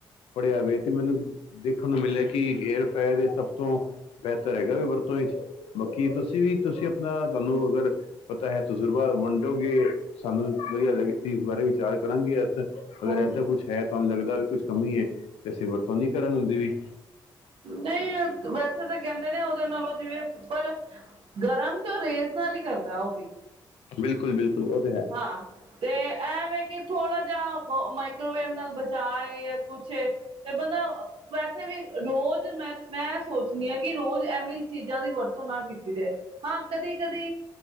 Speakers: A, on the left (about 85°); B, on the right (about 65°).
A: ਪੜ੍ਹਿਆ ਵੇ ਤੇ ਮੈਨੂੰ ਦੇਖਣ ਨੂੰ ਮਿਲਿਆ ਗੇਰ ਫਾਇਦੇ ਸਭ ਤੋਂ ਬਿਹਤਰ ਹੈਗਾ ਵੀ ਵਰਤੋਂ ਵਿੱਚ ਬਾਕੀ ਤੁਸੀਂ ਵੀ ਤੁਸੀਂ ਆਪਣਾ ਤੁਹਾਨੂੰ ਅਗਰ ਪਤਾ ਏ ਤਜਰਬਾ ਵੰਡੋਗੇ ਸਾਨੂੰ ਵਦੀਆ ਲੱਗ ਚੀਜ਼ ਬਾਰੇ ਵਿਚਾਰ ਕਰਾਂਗੇ। ਅਗਰ
B: ਹਾਂਜੀ
A: ਐਸਾ ਕੁਛ ਏ ਤੁਹਾਨੂੰ ਲੱਗਦਾ ਵੇ ਕੁਛ ਕਮੀ ਏ ਤੇ ਅਸੀਂ ਵਰਤੋਂ ਨੀ ਕਰਨ ਦੇਵੀ।
B: ਨਈ ਵੈਸੇ ਤਾਂ ਕੈਂਦੇ ਨੇ ਓਦੇ ਨਾਲੋਂ ਜਿਵੇਂ ਪਰ ਗਰਮ ਤੇ ਓ ਰੇਜ਼ ਨਾਲ ਈ ਕਰਦਾ ਓ ਵੀ।
A: ਬਿਲਕੁਲ-ਬਿਲਕੁਲ ਓ ਤੇ ਐ।
B: ਹਾਂ। ਤੇ ਐ ਵੇਂ ਕਿ ਥੋੜ੍ਹਾ ਜਿਹਾ ਮਾਈਕ੍ਰੋਵੇਰ ਨਾਲ ਬਚਾ ਏ ਯਾ ਕੁਛ ਏ। ਤੇ ਬਣਦਾ, ਵੈਸ ਵੀ ਰੋਜ਼ ਮੈਂ ਮੈਂ ਸੋਚਣੀ ਹਾਂ ਕਿ ਰੋਜ਼ ਐਵੇਂ ਹੀ ਚੀਜ਼ਾਂ ਦੀ ਵਰਤੋਂ ਨਾ ਕੀਤੀ ਜਾਏ। ਹਾਂ ਕਦੀ-ਕਦੀ